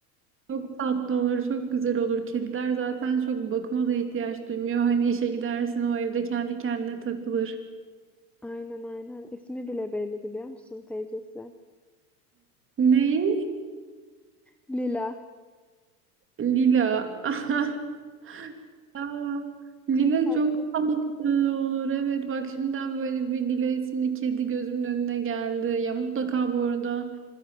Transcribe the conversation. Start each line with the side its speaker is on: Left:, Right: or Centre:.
Right: Çok tatlı olur, çok güzel olur. Kediler zaten çok bakıma da ihtiyaç duymuyor. Hani işe gidersin o evde kendi kendine takılır.
Centre: aynen aynen. İsmi bile belli biliyor musun teyzesi?
Right: Ne?
Centre: Lila.
Right: Lila. <laughs> Aa, Lila
Centre: Çok tatlı.
Right: çok tatlı olur. Evet bak şimdiden böyle bir Lila isimli kedi gözümün önüne geldi. Ya mutlaka bu arada